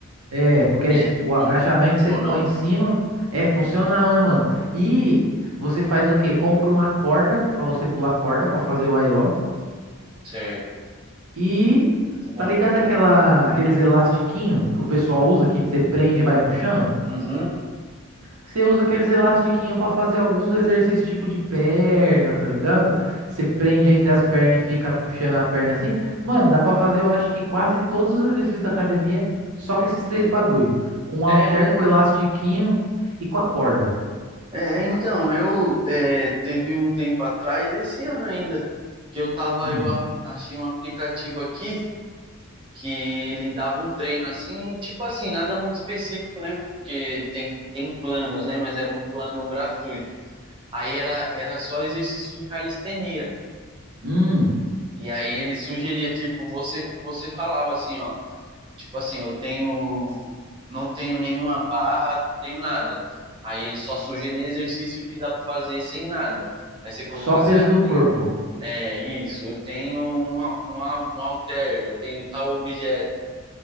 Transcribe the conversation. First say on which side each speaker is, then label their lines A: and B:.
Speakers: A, on the right (about 90°); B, on the right (about 25°).
A: É, porque
B: ele
A: aí
B: é tipo
A: o agachamento você
B: funcional.
A: põe em cima, é funcional, né, mano? E você faz o quê? Compra uma corda pra você pular corda pra fazer o aeróbico.
B: Certo,
A: E
B: muito bom.
A: tá ligado aquela aqueles elastiquinho que o pessoal usa que você prende e vai puxando?
B: Uhum.
A: Você usa aqueles elastiquinhos pra fazer alguns exercícios tipo de perna, tá ligado? Você prende entre as pernas e fica puxando a perna assim. Mano, dá pra fazer, eu acho que quase todos os exercícios da academia, só com esses três bagulho. Com o
B: É,
A: halter, com o elastiquinho e com a corda.
B: é, então, eu é, teve um tempo atrás, esse ano ainda, que eu tava,
A: Hum.
B: eu arrum- achei um aplicativo aqui. que ele dava um treino assim, tipo assim, nada muito específico, né? Porque tem, tem planos, né? Mas era um plano gratuito. Aí era, era só exercício de calistenia.
A: Hum.
B: E aí ele sugeria, tipo, você, você falava assim, ó, tipo assim, eu tenho, não tenho nenhuma barra, não tenho nada. Aí ele só sugeria exercício que dá para fazer sem nada. Aí você colocasse,
A: Só peso
B: ah, eu
A: do corpo.
B: tenho, é isso, eu tenho um, um, um halter, eu tenho tal objeto.